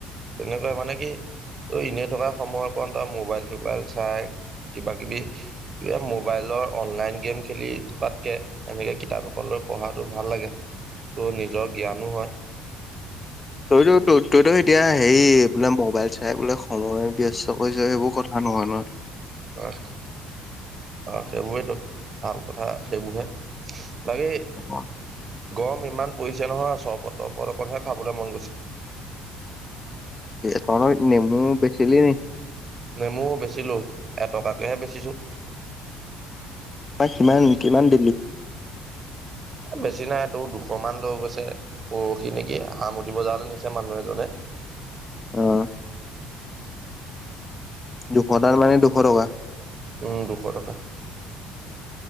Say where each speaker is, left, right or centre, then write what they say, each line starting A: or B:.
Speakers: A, on the right (about 35°); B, on the left (about 25°).
A: তেনেকুৱা মানে কি ত এনেই থকা সময়কণ ত মোবাইল চোবাইল চাই কিবা কিবি মোবাইলৰ অনলাইন গেম খেলি থকাতকে এনেকে কিতাপ এখন পঢ়াটো ভাল লাগে ত' নিজৰ জ্ঞানো হয়
B: তইতো ত তইতো এতিয়া হেৰি বোলে মোবাইল চাই বোলে সময়। ব্যস্ত কৰিছো সেইবোৰ কথা নহয় নহয়
A: আহ অ সেইবোৰেতো ভাল কথা সেইবোৰহে বাকী
B: অ',
A: গম ইমান পৰিছে নহয় চৰবত তৰবত অকনহে খাবলৈ মন গৈছে।
B: তই নেমু বেচিলি নি
A: নেমুও বেচিলো এটকাকেহে বেচিছো
B: কিমান কিমান দিবি
A: বেছি নাই তোৰ দুশমান লৈ গৈছে পৰহি নেকি সামটি বজাৰলৈ নিছে মানুহ এজনে <inaudible>
B: আহ দুশটাৰ মানে দুশ টকা
A: উম দুশ টকা